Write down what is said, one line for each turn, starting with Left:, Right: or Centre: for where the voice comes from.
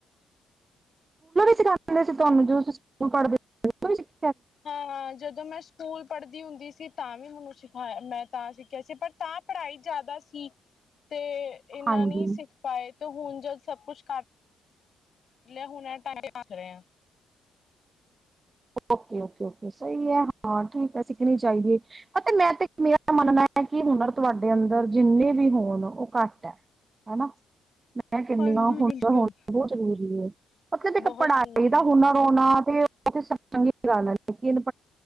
Right: ਸਿਖਾ ਦਿੰਦੇ ਸੀ ਤੁਹਾਨੂੰ ਜੋ ਤੁਸੀਂ ਸਕੂਲ <unintelligible> ਪੜ <unintelligible>
Left: ਹਾਂ-ਹਾਂ, ਜਦੋਂ ਮੈਂ ਸ ਸਕੂਲ ਪੜ੍ਹਦੀ ਹੁੰਦੀ ਸੀ ਤਾਂ ਵੀ ਮੈਨੂੰ ਸਿਖਾਇ ਸਿਖਾਇਆ ਮੈਂ ਤਾਂ ਸਿੱਖਿਆ ਸੀ ਪਰ ਤਾਂ ਪੜ੍ਹਾਈ ਜ਼ਿਆਦਾ ਸੀ ਤੇ ਇਹਨਾਂ
Right: ਹਾਂਜੀ
Left: ਨੀ ਸਿੱਖ ਪਾਏ ਤੇ ਹੁਣ ਜਦ ਸਭ ਕੁਛ ਕਟ ਲਿਆ ਹੁਣਾ ਟਾਈਮ <unintelligible> ਰਹੇ ਹਾਂ
Right: ਓਕੇ- ਓਕੇ- ਓਕੇ ਸਹੀ ਹੈ। ਹਾਂ, ਠੀਕ ਹੈ ਸਿੱਖਣੀ ਚਾਹੀਦੀ ਹੈ। ਤੇ ਮੈਂ ਤੇ ਮੇਰਾ ਮੰਨਣਾ ਹੈ ਕਿ ਹੁਨਰ ਤੁਹਾਡੇ ਅੰਦਰ ਜਿੰਨੇ ਵੀ ਹੋਣ ਉਹ ਘੱਟ ਹੈ ਹੈਨਾ। ਕਿੰਨੀਆਂ
Left: ਹਾਂਜੀ
Right: ਹੁਨਰ
Left: ਬਿਲਕੁਲ
Right: ਹੋਣਾ ਬਹੁਤ ਜ਼ਰੂਰੀ ਹੈ, ਮਤਲਬ ਇੱਕ
Left: ਬਹੁਤ
Right: ਪੜ੍ਹਾਈ
Left: ਜ਼ਰੂਰੀ
Right: ਦਾ
Left: ਹੈ
Right: ਹੁਨਰ ਹੋਣਾ ਏਓ ਇਥੇ ਸਬ ਚੰਗੀ <unintelligible> - ਹੈ ਇਹਨੂੰ